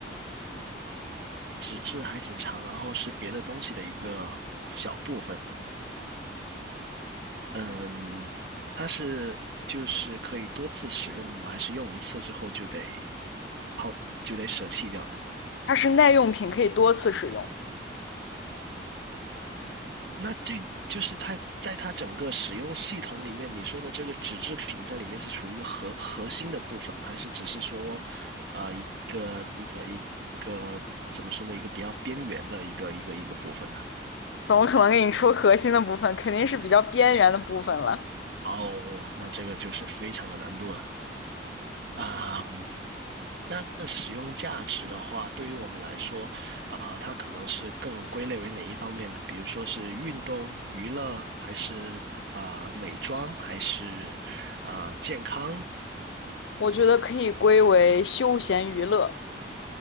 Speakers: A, on the right; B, on the left.
A: 纸质还挺长，然后是别的东西的一个小部分。嗯，它是就是可以多次使用的吗？还是用一次之后就得抛就得舍弃掉呢？
B: 它是耐用品，可以多次使用。
A: 那这就是它在它整个使用系统里面，你说的这个纸制品在里面是处于一个核核心的部分，还是只是说啊、一个一个一个怎么说呢？一个比较边缘的一个一个一个部分呢？
B: 怎么可能给你出核心的部分？肯定是比较边缘的部分了。
A: 哦，那这个就是非常有难度了啊！嗯那的使用价值的话，对于我们来说，啊、它可能是更归类为哪一方面呢？比如说是运动、娱乐，还是啊、美妆，还是啊、健康、
B: 我觉得可以归为休闲娱乐。